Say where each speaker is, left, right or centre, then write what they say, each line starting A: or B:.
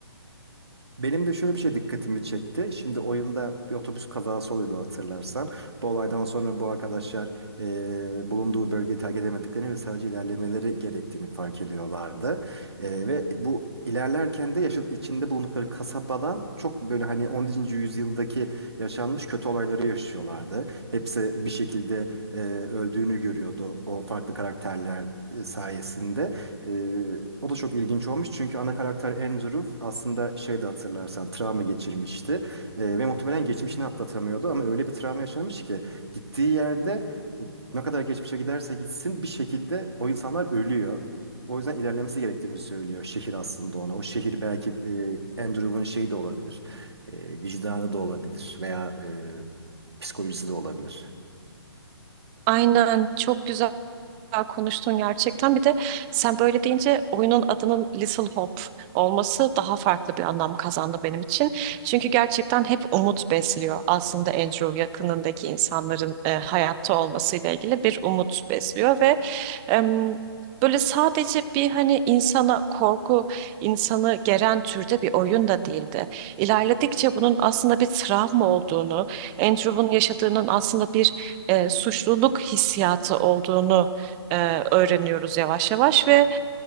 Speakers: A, on the right; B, on the right.
A: Benim de şöyle bir şey dikkatimi çekti. Şimdi oyunda bir otobüs kazası oluyordu hatırlarsan. Bu olaydan sonra bu arkadaşlar e, bulunduğu bölgeyi terk edemediklerini ve sadece ilerlemeleri gerektiğini fark ediyorlardı. E, ve bu ilerlerken de yaşa- içinde bulundukları kasabadan çok böyle hani 10. yüzyıldaki yaşanmış kötü olayları yaşıyorlardı. Hepsi bir şekilde e, öldüğünü görüyordu o farklı karakterler e, sayesinde ee, o da çok ilginç olmuş çünkü ana karakter Andrew aslında şey de hatırlarsan travma geçirmişti Ee, ve muhtemelen geçmişini atlatamıyordu ama öyle bir travma yaşamış ki gittiği yerde e, ne kadar geçmişe giderse gitsin bir şekilde o insanlar ölüyor. O yüzden ilerlemesi gerektiğini söylüyor şehir aslında ona. O şehir belki e, Andrew'un şeyi de olabilir, e, vicdanı da olabilir veya e, psikolojisi de olabilir.
B: Aynen çok güzel. güzel konuştun gerçekten. Bir de sen böyle deyince oyunun adının Little Hope olması daha farklı bir anlam kazandı benim için. Çünkü gerçekten hep umut besliyor. Aslında Andrew yakınındaki insanların e, hayatta olmasıyla ilgili bir umut besliyor ve em, böyle sadece bir hani insana korku, insanı geren türde bir oyun da değildi. İlerledikçe bunun aslında bir travma olduğunu, Andrew'un yaşadığının aslında bir e, suçluluk hissiyatı olduğunu e, öğreniyoruz yavaş yavaş ve